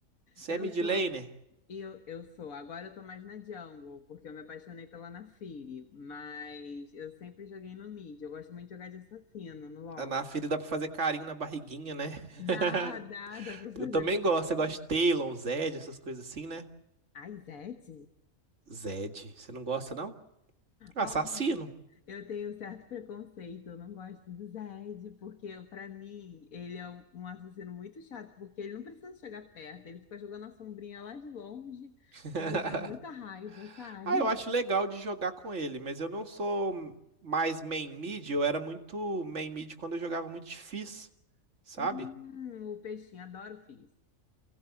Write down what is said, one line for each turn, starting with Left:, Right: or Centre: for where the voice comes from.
Right: Você
Left: Eu
Right: é midlaner.
Left: sou E eu, eu sou, agora eu tô mais na Jungle, porque eu me apaixonei pela Naafiri, mas eu sempre joguei no mid, eu gosto muito de jogar de assassino no LoL.
Right: Ah, Na filha dá pra fazer carinho na barriguinha, né?
Left: Dá,
Right: <laughs>
Left: dá, dá pra fazer
Right: Eu também
Left: pelo
Right: gosto,
Left: conteúdo.
Right: eu gosto de Talon, Zed, essas coisas assim, né?
Left: Ai, Zed?
Right: Zed, você não gosta, não? Assassino.
Left: Ó, eu tenho certo preconceito, eu não gosto do Zed, porque pra mim ele é um um assassino muito chato, porque ele não precisa chegar perto, ele fica jogando a sombrinha lá de longe
Right: <laughs>
Left: e me dá muita raiva, sabe?
Right: Ah, eu acho legal de jogar com ele, mas eu não sou mais main mid, eu era muito main mid quando eu jogava muito de Fizz, sabe?
Left: Hum, o peixinho, adoro o Fizz.